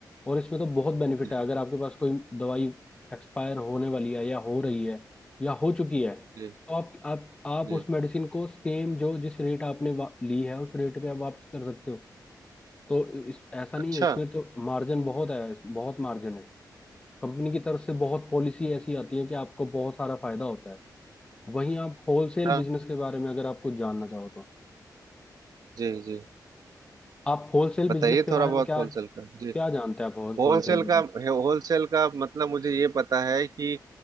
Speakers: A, on the left (about 15°); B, on the right (about 60°).
A: और इसमें तो बहुत बेनिफिट
B: जी
A: है अगर आपके पास कोई दवाई एक्सपायर होने वाली है या हो रही है या हो चुकी है
B: जी
A: तो आप आप आप
B: जी
A: उस मेडिसिन को सेम जो जिस रेट आपने वा- ली है उस रेट पे आप वापस कर सकते हो तो इस ऐसा नहीं
B: अच्छा
A: है इसमें तो मार्जिन बहुत है बहुत मार्जिन है कंपनी की तरफ से बहुत पॉलिसी ऐसी आती है कि आपको बहुत सारा फायदा होता है वहीं आप होलसेल
B: हाँ
A: बिजनेस के बारे में अगर आप कुछ जानना चाहो तो
B: जी जी
A: आप होलसेल
B: बताइए
A: बिजनेस के बारे
B: थोड़ा बहुत
A: में क्या
B: होलसेल
A: क्या
B: का जी
A: जानते हैं आप
B: होलसेल
A: Wholesale business
B: का होलसेल का मतलब मुझे ये पता है कि